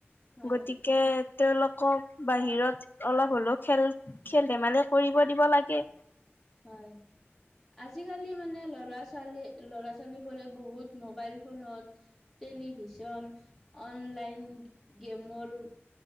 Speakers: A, in the centre; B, on the left.
A: হয়,
B: গতিকে তেওঁলোকক বাহিৰত অলপ হলেও খেল - খেল ধেমালি কৰিব দিব লাগে।
A: হয়। আজিকালি মানে ল'ৰা-ছোৱালী ল'ৰা ছোৱালীবোৰে বহুত মোবাইল ফোনত টেলিভিশন অনলাইন গেমৰ